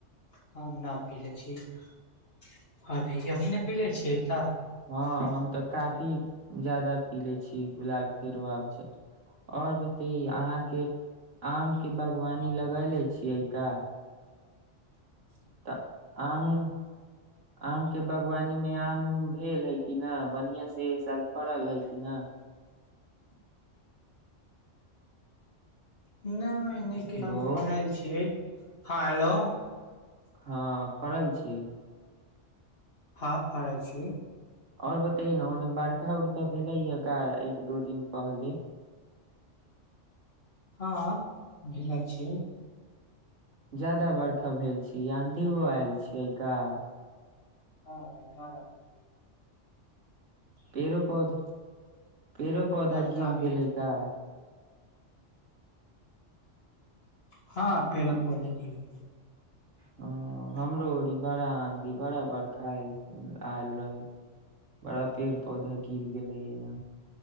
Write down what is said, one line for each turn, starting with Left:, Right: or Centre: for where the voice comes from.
Left: हम नहि पिबने छी। अहाँ पिबने छी कि? हम तऽ एखनहि पिबने
Right: हँ
Left: छी।
Right: हम गुलाबक शरबत रूह अफजा काफी बेसी पिबैत छी। आओर बताउ, अहाँक बागवानीमे आमक गाछ लगल अछि कि नहि? तऽ अहाँक आमक बागवानीमे एहि साल आम नीक सँ फलल अछि कि नहि? आमक उपज बढ़िआँ भेल कि नहि?
Left: नहि नहि क
Right: हेलो
Left: आम फराल छियै हँ हेलो
Right: हँ फड़ल छी
Left: हँ फराइ छी
Right: आओर बतैयै न ओने बर्खा उर्खा भेलै ह का एक दो दिन पहले
Left: हँ भिलइ छिय
Right: ज्याददा बढ़त भेल छी आधी छियइ का
Left: हँ चलब
Right: पेड़ो पौधा पेड़ो पौधा
Left: बा
Right: गिर
Left: काफी
Right: गेलै का
Left: हँ पेड़ो पौधा गीर गेलै
Right: हँ हमरो ओरी बड़ा आँधी बड़ा बर्खा आएल आएल रहै बड़ा पेड़ पौधा गिर गेलै एना